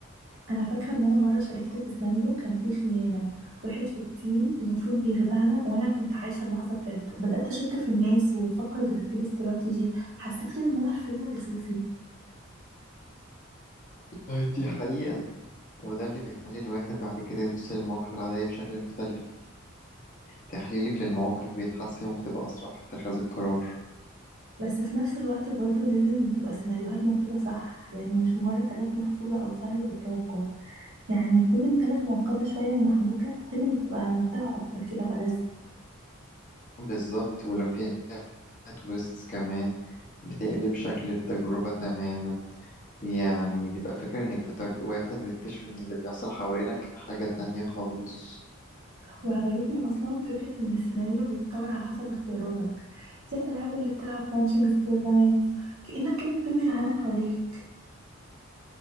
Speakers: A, on the right (about 75°); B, on the left (about 40°).
A: انا فاكرة ان انا مرة شاركت في سيناريو كان فيه خيانة واحد في التيم المفروض بيخدعنا وانا كنت عايشة اللحظة بجد بدأت اشك في الناس وافكر بتفكير استراتيجي حسيت كده ان انا في فيلم جاسوسي
B: آه، دي حقيقة وده اللي بيخلي الواحد بعد كده يبص للمواقف العادية بشكل مختلف تحليلك للمواقف بيتحسن وبتبقى أسرع في اتخاذ القرار
A: بس في نفس الوقت برضو لازم تبقى السيناريوهات مكتوبة صح يعني مش مجرد حاجات محفوظة او سهلة التوقع يعني كل ما كانت معقدة شوية ومحبوكة كل ما بتبقى ممتعة أكتر كده وألذ
B: بالظبط ولو فيها تويستس كمان بتقلب شكل التجربة تماما يعني تبقى فاكر انك في طريق واحد وتكتشف ان اللي بيحصل حوالينك حاجة تانية خالص
A: وعجبتني أصلا فكرة إن السيناريو بيتطور على حسب اختياراتك زي الألعاب اللي بتلعب برانشنج ستور لاينز كأنك كده بتبني العالم حواليك